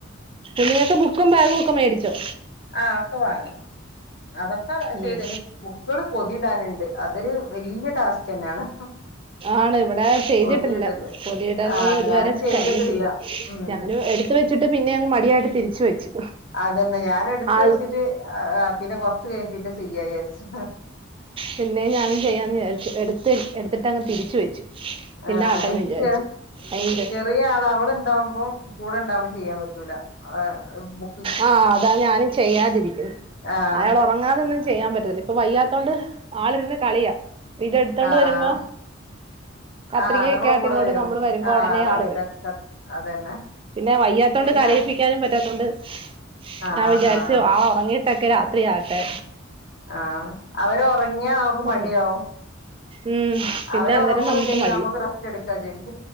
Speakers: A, on the right; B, on the left.
A: പിന്ന നിങ്ങക്ക് ബുക്കും ബാഗും ഒക്ക മേടിച്ചോ
B: ആ ഒക്കെ വാങ്ങി അതൊക്കെ
A: ഉം
B: ചെയ്തന്നനി ബുക്കുകള് പൊതിടാനുണ്ട് അതൊരു വല്യ ടാസ്ക് തന്നെയാണ്
A: ആണ് ഇവി ചെയ്തിട്ടില്ല
B: പൊതിയിടല്
A: പതിടത്
B: ആഹ്
A: ഇതുവരെ
B: ഞാനും ചെയ്തിട്ടില്ല
A: കഴിഞ്ഞിട്ടില്ല
B: ഉം
A: ഞാനും എടുത്ത വെച്ചിട്ട് പിന്നെ മടിയായിട്ട തിരിച്ചു വെച്ചു
B: അതന്നെ ഞാൻ എടുത്ത
A: ആള്
B: വെച്ചിട്ട് പിന്നെ കൊ പിന്നെ ചെയ്യചാരിച്ചു
A: പിന്നെ ഞാനും ചെയ്യാന്ന് വിചാരിച്ചു എടു എടുത്തിട്ടങ്ങ തിരിച്ചു വെച്ചു
B: ആ
A: പിന്നെ ആട്ടെന്ന്
B: എനിക്ക്
A: വിചാരിച്ചു
B: ചെ
A: അയിന്റെ
B: ചെറിയ ആൾ അവളുണ്ടാവുമ്പോം കൂടെ ഉണ്ടാവകുമ്പോം ചെയ്യാൻ പറ്റ ഇല്ലാ ആ ബു
A: ആ അതാ ഞാനും ചെയ്യാതിരിക്കുന്നു
B: ആഹ്
A: അയാൾ ഉറങ്ങാതെൊന്നും ചെയ്യാൻ പറ്റില്ല ഇപ്പൊ വയ്യാത്ത ണ്ട് ആളിരുന്ന് കളിയാ ഇത എടുത്തോണ്ട്
B: ആഹ്
A: വരുമ്പോ കത്രികൊക്കെ
B: ആഹ് നമ്മളെ
A: ആട്ട്
B: കൂടെ
A: ഇങ്ങോട്ട്
B: വരും
A: നമ്മള് വരുമ്പോ
B: ആഹ്
A: ഉടനെ
B: അതാണ്
A: ആൾ വരും
B: ക ക അതന്നെ
A: പിന്നെ വയ്യാത്തോണ്ട്
B: പിന്നെ
A: കരയിപ്പിക്കാനും പറ്റാത്തോണ്ട്
B: ആഹ്
A: ഞാൻ വിചാരിച്ചു
B: ആഹ്
A: ആൾ ഉറങ്ങി ട്ടൊക്കെ രാത്രിയാട്ടെ
B: ആ അവര് ഉറങ്ങിയാ നമക്ക് മടിയാവും
A: മടി ഉം പിന്നെ
B: അവര്
A: അന്നേരം
B: ഒറങ്ങും
A: നമ്മുക്ക്
B: വിചാരിക്കും
A: മടിയ
B: നമുക്ക് റെസ്റ്റ് എടുക്കാ വിചാരിക്കും